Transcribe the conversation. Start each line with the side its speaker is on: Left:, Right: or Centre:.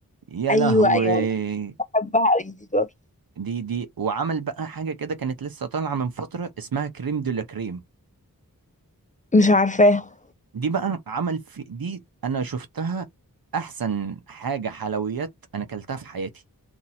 Right: يا
Left: ايوه
Right: لهوي
Left: ايوه بحبها قوي دي برضه.
Right: دي دي وعمل بقى حاجه كده كانت لسه طالعه من فتره اسمها كريم دولا كريم
Left: مش عارفاها
Right: دي بقى عمل في دي انا شفتها احسن حاجه حلويات انا اكلتها في حياتي